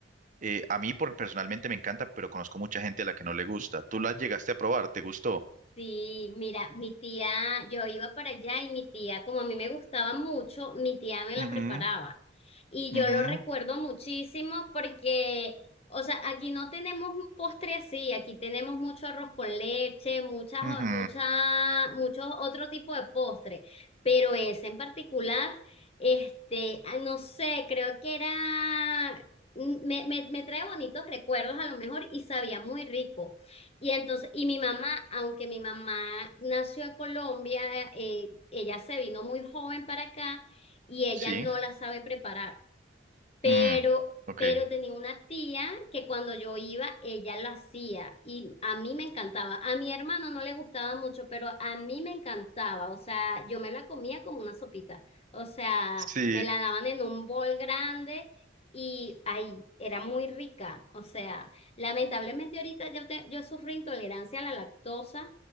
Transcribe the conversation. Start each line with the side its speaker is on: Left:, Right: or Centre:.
Right: Eh, a mí por, personalmente me encanta, pero conozco mucha gente a la que no le gusta. ¿Tú la llegaste a probar? ¿Te gustó?
Left: Sí, mira, mi tía, yo iba para allá y mi tía, como a mí me gustaba mucho, mi tía me la
Right: Ujú,
Left: preparaba. Y
Right: ujú,
Left: yo lo recuerdo muchísimo porque, o sea, aquí no tenemos un postre así, aquí tenemos mucho arroz con leche, muchas,
Right: ujú,
Left: mucha, muchos otro tipo de postre, pero ese en particular, este, ah, no sé, creo que era, me, me, me trae bonitos recuerdos a lo mejor y sabía muy rico. Y entonces, y mi mamá, aunque mi mamá nació en Colombia, eh, ella se vino muy joven para acá y ella
Right: Sí.
Left: no la sabe preparar pero,
Right: mm, ok.
Left: pero tenía una tía que cuando yo iba, ella lo hacía y a mí me encantaba. A mi hermano no le gustaba mucho, pero a mí me encantaba. O sea, yo me la comía como una sopita. O sea,
Right: Sí.
Left: me la daban en un bol grande y ahí era muy rica. O sea, lamentablemente ahorita yo, te- yo sufro intolerancia a la lactosa.